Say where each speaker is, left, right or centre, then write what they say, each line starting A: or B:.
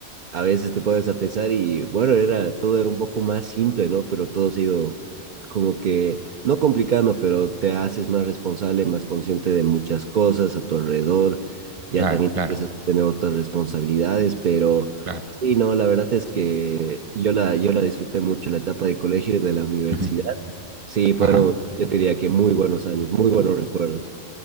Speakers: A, on the right (about 55°); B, on the right (about 30°).
A: a veces te pones a pensar y bueno, era, todo era un poco más simple, ¿no? Pero todo se ha ido como que, no complicando, pero te haces más responsable, más consciente de muchas cosas a tu alrededor. Ya
B: claro,
A: también
B: claro,
A: empiezas a tener otras responsabilidades, pero
B: claro,
A: sí, no, la verdad es que yo la, yo la disfruté mucho, la etapa de colegio y de la universidad.
B: ujú,
A: Sí, fueron,
B: ajá,
A: yo te diría que muy buenos años, muy buenos recuerdos,